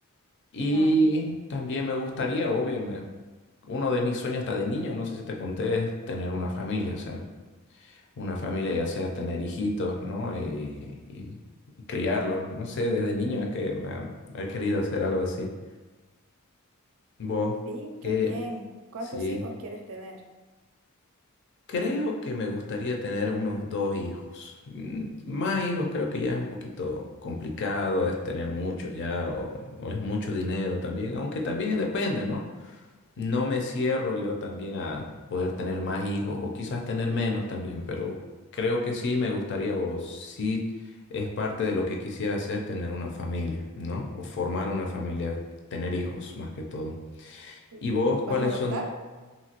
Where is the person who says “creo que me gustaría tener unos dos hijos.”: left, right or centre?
Left